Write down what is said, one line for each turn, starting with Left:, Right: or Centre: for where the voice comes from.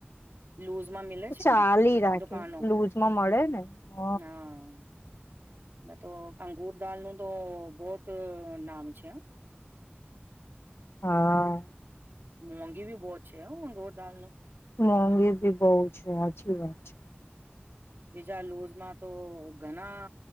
Right: લુઝમાં મિલે
Left: તો
Right: છે
Left: ચાલી
Right: ને
Left: રાખે
Right: દુકાનો <inaudible>
Left: લૂઝમાં મળે ને હ
Right: હા. ના તો અંગુર દાલનું તો બહુત નામ છે હા. <inaudible>
Left: હા.
Right: મોંઘી ભી બહુત મઘોર દાલને
Left: મોંઘી ભી બહુ છે સાચી વાત છે.
Right: બીજા લૂઝમાં તો ઘણા